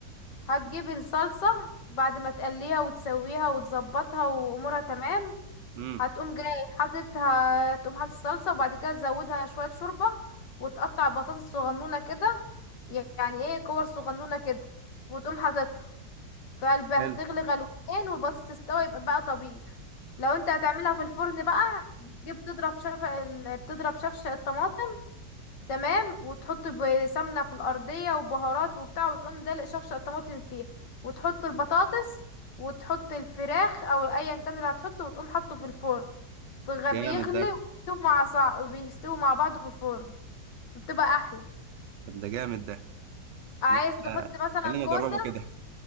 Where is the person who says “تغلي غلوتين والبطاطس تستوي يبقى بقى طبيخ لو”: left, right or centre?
Left